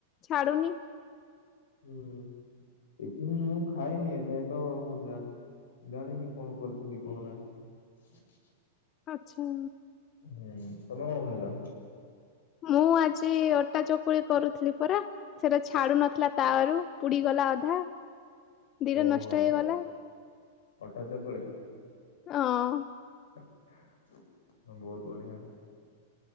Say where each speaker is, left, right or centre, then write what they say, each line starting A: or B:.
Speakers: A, on the left; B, on the left.
A: ଛାଡୁନି।
B: ହୁଁ ଟିଫିନ୍ ମୁଁ ଖାଇନି ଏବେ ତ ମୁ ଯା ଜାଣିନି କଣ କରୁଛନ୍ତି କଣ ନାହିଁ?
A: ଆଚ୍ଛା।
B: ହୁଁ ତମେ କଣ ଖାଇଲ?
A: ମୁଁ ଆଜି ଅଟା ଚକୁଳି କରୁଥିଲି ପୁରା ସେଟା ଛାଡୁ ନଥିଲା ତାୱ ରୁ ପୁଡିଗଲା। ଅଧା ଦିଟା
B: ଓହୋ
A: ନଷ୍ଟ ହେଇଗଲା।
B: ଅଟା ଚକୁଳି
A: ହଁ
B: ‌। ବହୁତ ବଢ଼ିଆ।